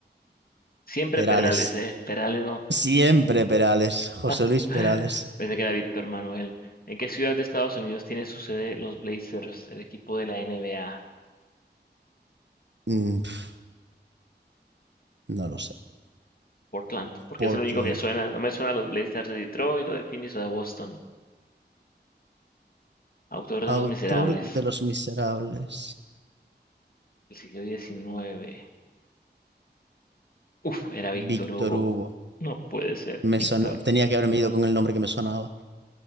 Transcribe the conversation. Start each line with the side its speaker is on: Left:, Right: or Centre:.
Left: Siempre
Right: Perales.
Left: Perales, ¿eh? Perales no. <gasps>
Right: Siempre Perales. José Luis
Left: <sighs>
Right: Perales.
Left: Pensé que era Víctor Manuel. ¿En qué ciudad de Estados Unidos tiene su sede los Blazers, el equipo de la NBA?
Right: Mm, pf, no lo sé.
Left: Portland, porque
Right: Portland.
Left: es el único que suena. No me suena a los Blazers de Detroit o de Phoenix o de Boston. Autor de
Right: Autor
Left: Los Miserables,
Right: de Los Miserables,
Left: del siglo diecinueve Uf, era Víctor
Right: Víctor
Left: Hugo.
Right: Hugo.
Left: No puede ser,
Right: Me
Left: Víctor.
Right: sona- Tenía que haberme ido con el nombre que me sonaba.